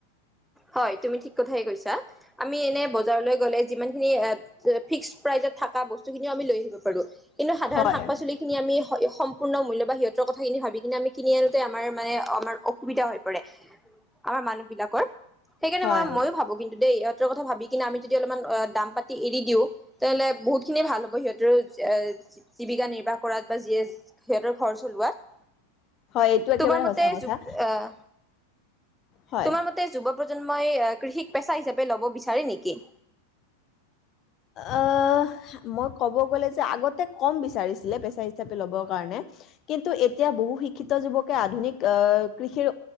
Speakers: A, in the centre; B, on the left.
A: হয় তুমি ঠিক কথাই কৈছা আমি এনে বজাৰলৈ গ'লে যিমান এ ফিক্স প্ৰাইজত থাকা বস্তুখিনিও আমি লৈ আহিব পাৰোঁ কিন্তু সাধাৰণ
B: হয়
A: শাক পাচলি খিনি আমি সম সম্পূৰ্ণ মূল্য বা সিহঁতৰ কথাখিনি ভাবি কিনে আমি কিনি আনোতে আমাৰ মানে আমাৰ অসুবিধা হৈ পৰে আমাৰ মানুহ বিলাকৰ সেইকাৰণে
B: হয়
A: মই ময়ো ভাবোঁ কিন্তু দেই ইহঁতৰ কথা ভাবি কিনে আমি যদি অলপমান দাম পাতি এৰি দিওঁ তেনেহলে বহুতখিনি ভাল হ'ব সিহঁতৰো জীৱিকা নিৰ্বাহ কৰাত বা যিয়ে সিহঁতৰ ঘৰ চলোৱাত
B: হয় এইটো একেবাৰে
A: তোমাৰ
B: সঁচা
A: মতে
B: কথা
A: আহ
B: হয়
A: তোমাৰ মতে যুৱক প্ৰজন্মই কৃষিক পেচা হিচাপে ল'ব বিচাৰে নেকি
B: আহ মই ক'ব গ'লে যে আগতে কম বিচাৰিছিলে পেচা হিচাপে ল'ব কাৰণে কিন্তু এতিয়া বহু শিক্ষিত যুৱকে আধুনিক আহ কৃষিৰ